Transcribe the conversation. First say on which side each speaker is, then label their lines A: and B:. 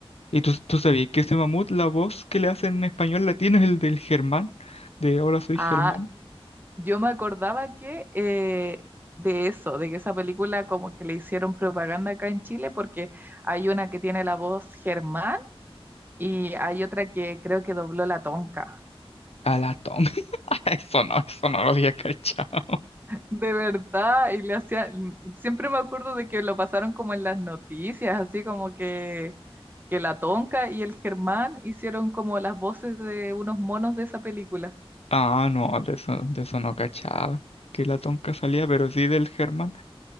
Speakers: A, on the left; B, on the right.
A: ¿Y tú, tú sabías que ese mamut, la voz que le hacen en español latino es el del Germán? De Hola soy
B: Ah,
A: Germán.
B: Yo me acordaba que eh, de eso, de que esa película como que le hicieron propaganda acá en Chile, porque hay una que tiene la voz Germán y hay otra que creo que dobló la Tonka.
A: A la tonga. <laughs> Eso no, eso no lo había cachado.
B: De verdad, y le hacían, siempre me acuerdo de que lo pasaron como en las noticias, así como que, que la Tonka y el Germán hicieron como las voces de unos monos de esa película.
A: Ah, no, de eso, de eso no cachaba. Que la tonca salía, pero sí del Germán.